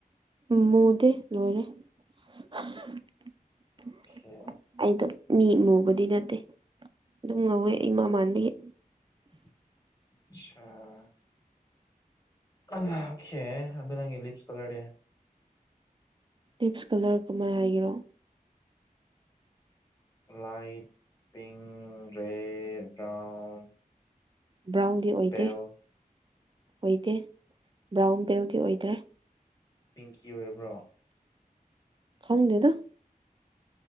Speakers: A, on the right; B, on the left.
A: ꯃꯨꯗꯦ ꯂꯣꯏꯔꯦ <unintelligible>
B: ꯈꯦ
A: ꯑꯩꯗꯣ ꯃꯤ ꯃꯨꯕꯗꯤ ꯅꯠꯇꯦ ꯑꯗꯨꯝ ꯉꯧꯋꯦ ꯏꯃꯥ ꯃꯥꯟꯕꯒꯤ
B: ꯑꯁꯁꯥ <unintelligible> ꯈꯦ ꯑꯗꯨ ꯅꯪꯒꯤ ꯂꯤꯞꯁ ꯀꯂꯔꯗꯤ
A: ꯇꯤꯞꯁ ꯀꯂꯔ ꯀꯃꯥꯏ ꯍꯥꯏꯒꯦꯔꯣ
B: ꯂꯥꯏꯠ ꯄꯤꯡ ꯔꯦꯠ ꯕ꯭ꯔꯥꯎꯟ
A: ꯕ꯭ꯔꯥꯎꯟꯗꯤ ꯑꯣꯏꯗꯦ
B: ꯄꯦꯜ
A: ꯑꯣꯏꯗꯦ ꯕ꯭ꯔꯥꯎꯟ ꯕꯦꯜꯗꯤ ꯑꯣꯏꯗ꯭ꯔꯦ
B: ꯄꯤꯡꯀꯤ ꯑꯣꯏꯕ꯭ꯔꯣ
A: ꯈꯪꯗꯦꯗ